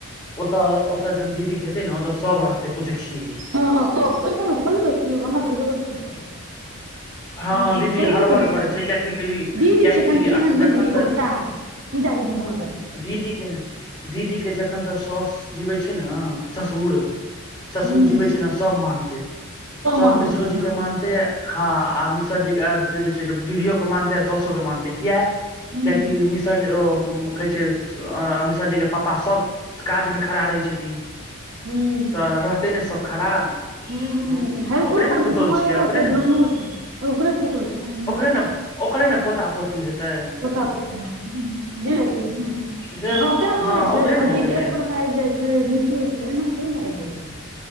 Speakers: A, on the left; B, on the right.
A: ओत, ओत जखन दीदी के हेतै ने ओत सब रहतै तु देखिहै।
B: हँँ सब ओहि कारन कहलियौ ने त हमरा सबके जरूरतो नै पड़तै।
A: हँ
B: हम त
A: दीदी
B: पहिले
A: हड़बड़
B: कहै छियै
A: करै
B: तोरा,
A: छै कियाकि
B: दीदी
A: कियाकि
B: छै कनि
A: देखी
B: केहन बुझलिही
A: जखन
B: औगताह। तु जा दीदीमा
A: दीदीे के, दीदीे के जखन तक सौस जिबै छै ने, ससुर ससुर
B: हुँ
A: जीबै छै ने सभ मानतै, सब
B: मानै
A: मिश्रो
B: छै
A: जी
B: हँ
A: के
B: हँ
A: मानतै हँ आ मिसर जी के आ दीदियोे के मानतै आ सउसो के मानतेै किया
B: हुँ
A: कियाकि मि सर ओ कहै छै मिसरजीके पापा सब काजमे खड़ा रहै छथिन
B: हुं।
A: त रहतै ने सभ खड़ा।
B: हुं हुं
A: ह
B: हेल्पो
A: ओकरे ने
B: करतै
A: पुतहु
B: सामानो
A: छियै ओकरे
B: छै
A: ने
B: धनो छै ओकरे पुतहु छै।
A: नब, ओकरे ने पोता पोती हेतै।
B: पोता जे हेतै, हं
A: गै।
B: हँ तें मानै छै,
A: ओकरे ने
B: अजीत
A: हेतै मेन
B: एक बेर मे आबि जाइ छै। निशू एक एना थोरी ने आबि जाइ छै।